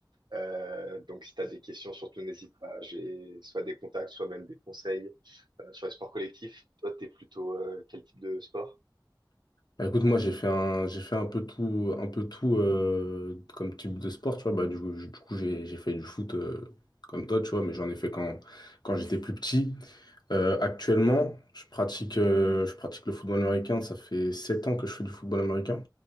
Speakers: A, on the right (about 70°); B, on the left (about 65°).
A: Euh, donc si t'as des questions surtout n'hésite pas, j'ai soit des contacts, soit même des conseils euh, sur les sports collectifs. Toi t'es plutôt euh, quel type de sport?
B: Bah, écoute, moi j'ai fait un, j'ai fait un peu tout, un peu tout euh, comme type de sport, tu vois. Bah, du coup, j- du coup, j'ai j'ai fait du foot euh, comme toi, tu vois, mais j'en ai fait quand, quand j'étais plus petit. Euh, actuellement, je pratique, euh, je pratique le football américain. Ça fait 7 ans que je fais du football américain.